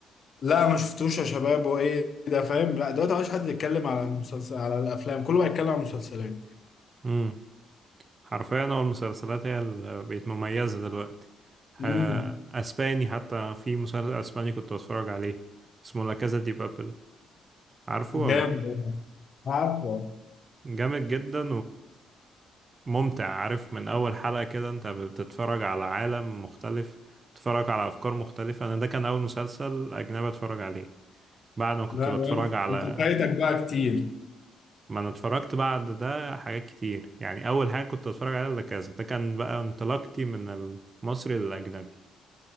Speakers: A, on the left (about 50°); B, on the right (about 30°).
A: لا ما شفتوش يا شباب هو ايه ده فاهم لا دلوقتي مبقاش حد يتكلم على المسلسل على الافلام كله بقى يتكلم على المسلسلات
B: امم حرفيا هو المسلسلات هي اللي بقت مميزة دلوقتي ها،
A: امم
B: اسباني حتى في مسلسل اسباني كنت بتفرج عليه اسمه لا كازا دي بابل عارفه ولا
A: جامد عارفه
B: جامد جدا وممتع عارف من أول حلقة كده أنت بتتفرج على عالم مختلف بتتفرج على أفكار مختلفة أنا ده كان أول مسلسل أجنبي أتفرج عليه بعد ما كنت
A: لا
B: بتفرج
A: يعني
B: على
A: انت فايتك بقى كتير
B: ما أنا اتفرجت بعد ده حاجات كتير يعني أول حاجة كنت أتفرج عليها ده كذا ده كان بقى انطلاقتي من المصري للأجنبي